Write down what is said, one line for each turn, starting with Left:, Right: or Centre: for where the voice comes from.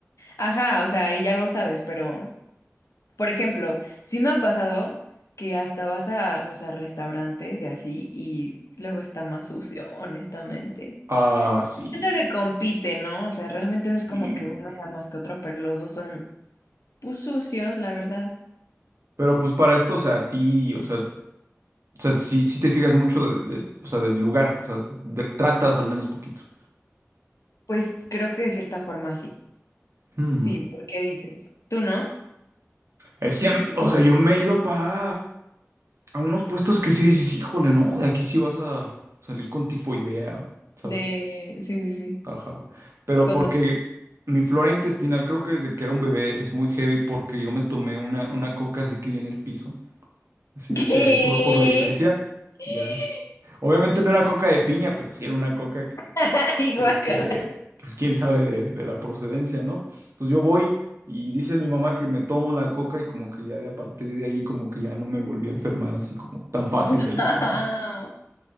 Left: ajá, o sea, y ya lo sabes, pero... Por ejemplo, sí me ha pasado que hasta vas a, no sé, a restaurantes y así, y luego está más sucio, honestamente.
Right: Ah, sí.
Left: Siento que compite, ¿no? O sea, realmente no es como
Right: Y-
Left: que uno sea más que otro, pero los dos son, pues, sucios, la verdad.
Right: Pero pues para esto, o sea, a ti, o sea, o sea, sí, sí te fijas mucho de, de- o sea, del lugar, o sea, de- tratas al menos poquito.
Left: Pues creo que de cierta forma sí.
Right: Hmm.
Left: Sí, ¿por qué dices? ¿Tú no?
Right: Es que, mm, o sea, yo me he ido a parar a, a unos puestos que sí dices, híjole, no, de aquí sí vas a salir con tifoidea, ¿sabes?
Left: De... Sí, sí, sí.
Right: Ajá. Pero
Left: Cuando...
Right: porque mi flora intestinal, creo que desde que era un bebé, es muy heavy porque yo me tomé una, una coca así que viene el piso, así de
Left: ¿Qué?
Right: que ahí por, por la iglesia,
Left: <laughs>
Right: ya. Obviamente no era coca de piña, pero sí era una coca que...
Left: Ay,
Right: este,
Left: guácala.
Right: pues quién sabe de, de la procedencia, ¿no? Entonces yo voy y dice mi mamá que me tomo la coca y como que ya de a partir de ahí como que ya no me volví a enfermar así como tan fácil
Left: Guau.
Right: del estómago.